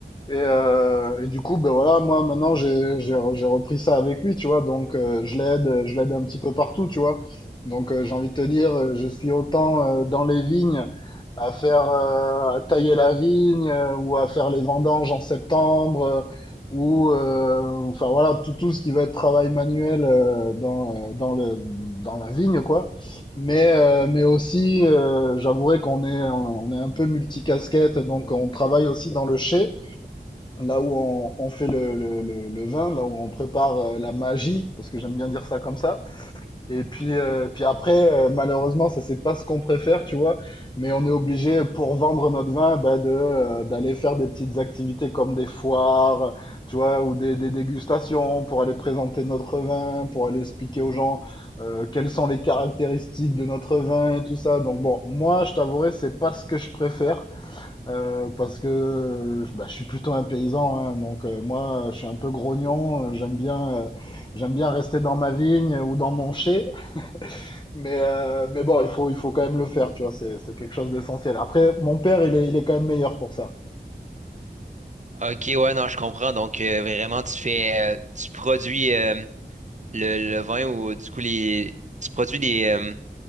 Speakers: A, on the left (about 25°); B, on the right (about 40°).
A: Et, euh, et du coup, ben voilà, moi maintenant j'ai j'ai re- j'ai repris ça avec lui, tu vois. Donc euh, je l'aide, je l'aide un petit peu partout, tu vois. Donc euh, j'ai envie de te dire, euh, je suis autant euh, dans les vignes à faire euh, à tailler la vigne euh, ou à faire les vendanges en septembre euh, ou euh, enfin voilà tout tout ce qui va être travail manuel euh, dans euh, dans le dans la vigne quoi. Mais euh, mais aussi, euh, j'avouerai qu'on est on est un peu multicasquette, donc on travaille aussi dans le chai là où on, on fait le, le, le, le vin, là où on prépare euh, la magie, parce que j'aime bien dire ça comme ça. Et puis, euh,
B: Mhm.
A: puis après, euh, malheureusement, ça c'est pas ce qu'on préfère, tu vois. Mais on est obligé pour vendre notre vin, bah, de euh, d'aller faire des petites activités comme des foires, tu vois, ou des, des dégustations pour aller présenter notre vin, pour aller expliquer aux gens euh, quelles sont les caractéristiques de notre vin et tout ça. Donc bon, moi, je t'avouerai, c'est pas ce que je préfère. Euh, parce que euh, bah, je suis plutôt un paysan, hein, donc euh, moi je suis un peu grognon, euh, j'aime bien, euh, j'aime bien rester dans ma vigne ou dans mon chai, mais, euh, mais bon, il faut, il faut quand même le faire, tu vois, c'est, c'est quelque chose d'essentiel. Après, mon père, il est, il est quand même meilleur pour ça.
B: Ok, ouais, non, je comprends. Donc, euh, vraiment, tu fais, euh, tu produis euh, le, le vin ou du coup, les, tu produis les, euh,